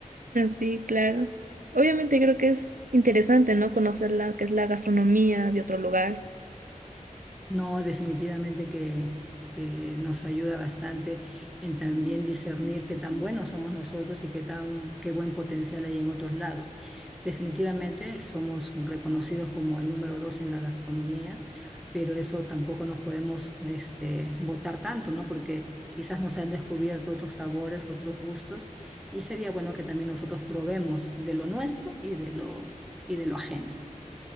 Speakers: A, on the right (about 85°); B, in the centre.
A: Sí, claro. Obviamente creo que es interesante, ¿no? Conocer la que es la gastronomía de otro lugar.
B: No, definitivamente que, que nos ayuda bastante en también discernir qué tan buenos somos nosotros y qué tan, qué buen potencial hay en otros lados. Definitivamente somos reconocidos como el número dos en la gastronomía, pero eso tampoco nos podemos este, botar tanto, ¿no? Porque quizás nos han descubierto otros sabores, otros gustos, y sería bueno que también nosotros probemos de lo nuestro y de lo, y de lo ajeno.